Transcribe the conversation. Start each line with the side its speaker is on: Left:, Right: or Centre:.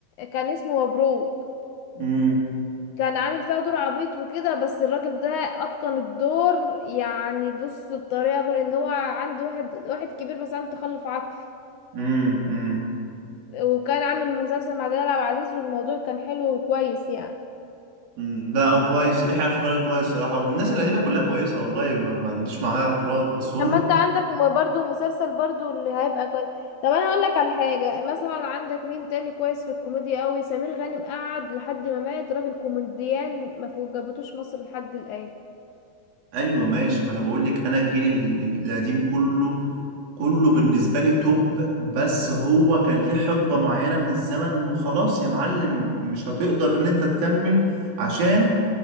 Left: كان اسمه مبروك
Right: امم
Left: كان عامل فيها دور عبيط وكده بس الراجل ده اتقن الدور يعني بص بطريقه غير ان هو عنده واحد واحد كبير بس عنده تخلف عقلي
Right: امم
Left: وكان عامل مسلسل مع جلال عبد العزيز والموضوع كان حلو وكويس يعني
Right: مم، ده كويس يحيى الفخراني كويس صراحة والناس القديمة كلها كويسة والله ما, ما عنديش معاها اعتراض بس هم
Left: طب ما انت عندك م- برضو مسلسل برضو اللي هيبقى كويس طب انا اقول لك على حاجه مثلا عندك مين تاني كويس في الكوميديا قوي سمير غانم قعد لحد ما مات راجل كوميديان ما فوق- جابتوش مصر لحد الان
Right: ايوه ماشي ما انا بقول لك انا الجيل ال- القديم كله كله بالنسبة لي توب بس هو كان ليه حقبة معينة من الزمن وخلاص يا معلم مش هتقدر ان انت تكمل عشان